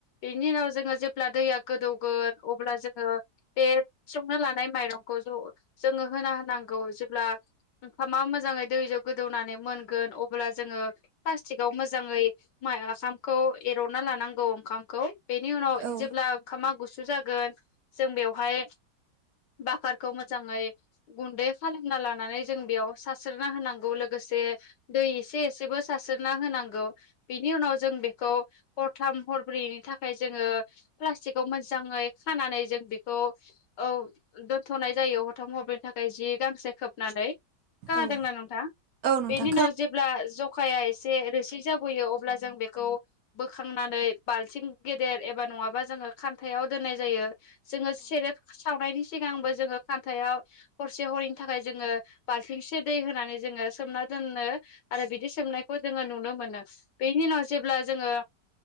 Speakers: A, on the left (about 80°); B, on the right (about 65°).
A: बेनि उनाव जोङो जेब्ला दैया गोदौगोन अब्ला जोङो बे संनो लानाय माइरंखौ ज' जोङो होना नांगौ जेब्ला ओंखामा मोैजाङै दैजों गोदौनानै मोनगोन अब्ला जोङो प्लास्टिकाव मोजाङै मा आखामखौ एरनानै लांनांगौ ओंखामखौ बेनि उनाव
B: औ
A: जेब्ला ओामखामा गुसु जागोन जों बेवहाय बाकारखौ मोजाङै गुन्दै खालामना लानानै जों बेयाव सारास्रिना होनां लोगोसे दैसे एसेबो सारस्रोना होनांगौ बिनि उनाव जों बेखौ हरथाम हरब्रैनि थाखाय जोङो मोजाङै खानानै जों बेखौ औ दोनथ'नाय जायो हरथाम हरब्रैनि थाखाय जि गांसे खोबनानै। खोनादोंना
B: औ
A: नोंथा?
B: नोंथां
A: बेनि उनाव जेब्ला जौखाइया एसे रोसि जाबोयो अब्ला जों बेखौ बोखांनानै बालथिं गेदेर एबा नङाबा जोङो खानथायाव‌ दोननाय जायो जोङो सेरेब सावनायनि सिगांबो जोङो खान्थायाव हरसे हरनैनि थाखाय जोङो बालथिंसे दै होनानै जोङो सोमना दोनो आरो बिदि सोमनायखौ जोङो नुनो मोनो। बेनि उनाव जेब्ला जोङो